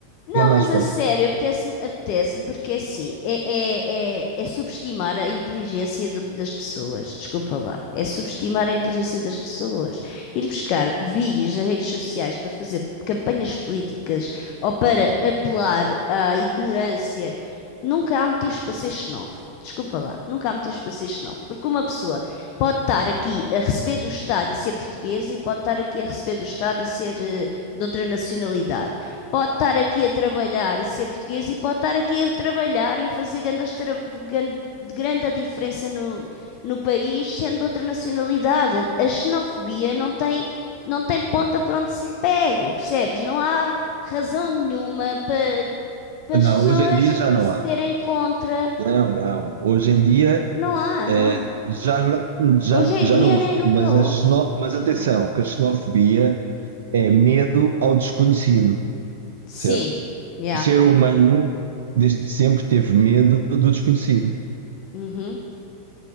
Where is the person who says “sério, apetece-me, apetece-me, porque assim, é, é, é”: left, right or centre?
Left